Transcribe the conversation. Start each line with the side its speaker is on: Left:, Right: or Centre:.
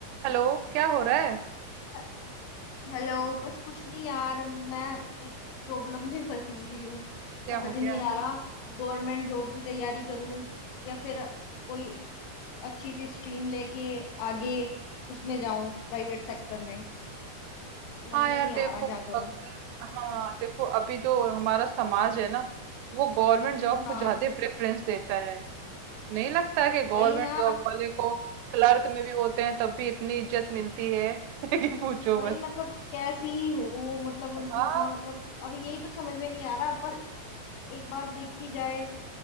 Right: Hello क्या हो रहा है
Left: ह- हेलो बस कुछ नहीं यार मैं एक प्रॉब्लम में फंसी हुई हूँ
Right: क्या
Left: समझ
Right: हो
Left: नहीं
Right: गया
Left: आ रहा गवर्नमेंट जॉब की तैयारी करूँ या फिर कोई अच्छी सी स्ट्रीम लेके आगे उसमें जाऊं प्राइवेट सेक्टर में समझ
Right: हाँ
Left: में
Right: यार
Left: नहीं
Right: देखो
Left: आ रहा क्या करूं
Right: अगर हाँ देखो अभी जो हमारा समाज है ना वो गवर्नमेंट जॉब
Left: हाँ
Right: को ज्यादा प्रेफरेंस देता है नहीं लगता है कि गवर्नमेंट
Left: वही ना
Right: जॉब वाले को क्लर्क में भी होते हैं तब भी इतनी इज्जत मिलती है <laughs> कि पूछो
Left: वही
Right: बस
Left: मतलब कैसी हो मतलब उनको
Right: हाँ
Left: इतना मतलब अब यही तो समझ में नहीं आ रहा पर एक बात देखी जाए